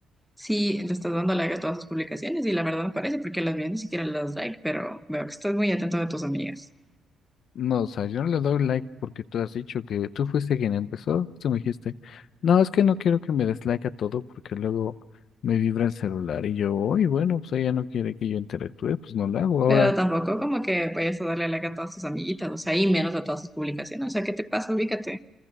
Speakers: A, in the centre; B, on the left (about 65°).
A: Sí, le estás dando like a todas tus publicaciones y la verdad no parece porque las vi ni siquiera las like, pero veo que estás muy atento de tus amigas.
B: No, o sea, yo no le doy like porque tú has dicho que tú fuiste quien empezó. Tú me dijiste, no, es que no quiero que me des like a todo porque luego me vibra el celular. Y yo, uy, bueno, pues ella no quiere que yo interactúe, pues no lo hago.
A: Pero
B: Ahora,
A: tampoco como que vayas a darle like a todas tus amiguitas, o sea, y menos a todas sus publicaciones. O sea, ¿qué te pasa? Ubícate.